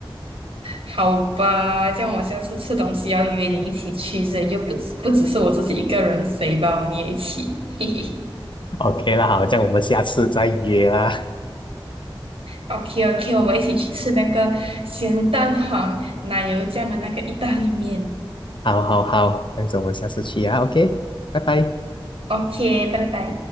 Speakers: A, on the right; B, on the left.
A: 好吧，这样我下次吃东西要约你一起去，所以就不不只是我自己一个人飞吧，你也一起。<laughs> 嘿嘿
B: OK 啦，好，这样我们下次再约啦。
A: ，OK OK，我们一起去吃那个咸蛋黄奶油酱的那个意大利面。
B: 好好好，这样子我们下次去啊，OK，拜拜。
A: OK，拜拜。